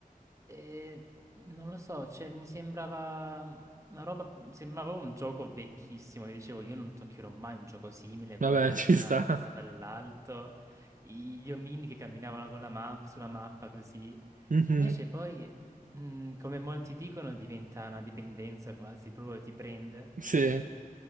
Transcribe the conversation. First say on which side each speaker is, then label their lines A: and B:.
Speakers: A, on the right; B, on the right.
A: Eh, non lo so, cioè, mi sembrava una roba, mi sembrava un gioco vecchissimo, che dicevo io non toccherò mai un gioco simile con
B: Vabbè,
A: la grafica
B: <laughs> ci sta.
A: vista dall'alto, i- gli omini che camminavano con la mappa, sulla mappa così.
B: Mhm.
A: E invece poi, mh, come molti dicono, diventa una dipendenza quasi, proprio ti prende.
B: Sì.